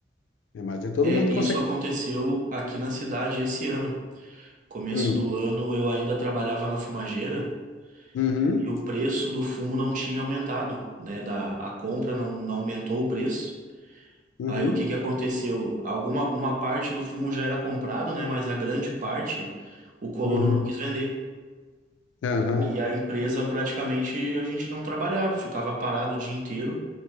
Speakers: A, on the left; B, on the right.
A: né? Mas é todo
B: É,
A: mundo
B: isso
A: consegue.
B: aconteceu aqui na cidade esse ano. Começo
A: Hum,
B: do ano eu ainda trabalhava na fumageira
A: uhum,
B: e o preço do fumo não tinha aumentado, né? Da, a compra não, não aumentou o preço.
A: uhum,
B: Aí o que que aconteceu? Alguma uma parte do fumo já era comprado, né? Mas a grande parte o colono
A: uhum,
B: não quis vender.
A: aham,
B: Aí a empresa praticamente a gente não trabalhava, ficava parado o dia inteiro.